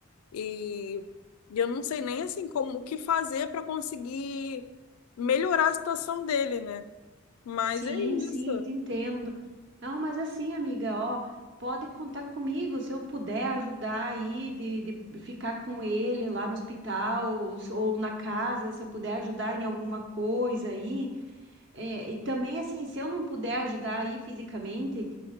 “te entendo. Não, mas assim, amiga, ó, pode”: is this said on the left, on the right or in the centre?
Right